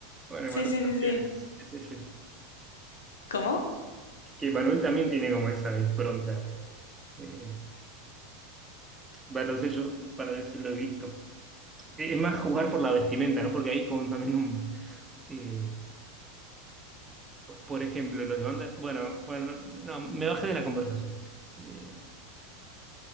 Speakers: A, on the right (about 20°); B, on the left (about 85°).
A: Bueno,
B: Sí,
A: Manuel
B: sí,
A: también
B: sí, sí.
A: es, es ese.
B: ¿Cómo?
A: Que Manuel también tiene como esa impronta. Eh, bueno, no sé, yo para veces lo he visto. Es es más jugar por la vestimenta, ¿no? Porque hay como también un... eh, por ejemplo, los de banda. Bueno, bueno, no, me bajé de la conversación. Eh,